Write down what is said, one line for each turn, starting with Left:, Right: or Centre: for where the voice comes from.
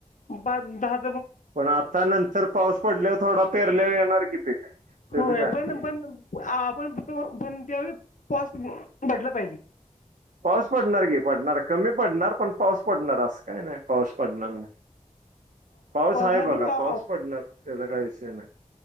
Left: पाच दहाच --
Right: पण आता नंतर पाऊस पडल्यावर थोडा पेरल्यावर येणार कि पीक. त्याचं
Left: होय.
Right: काय
Left: पण पण आपण पण त्यावेळी पाऊस भेटला पाहिजे.
Right: पाऊस पडणार की पडणार कमी पडणार पण पाऊस पडणार असं काय नाही पाऊस पडणार नाही. पाऊस आहे
Left: नाही पडला
Right: बघा पाऊस पडणार. त्याचा काही विषय नाही.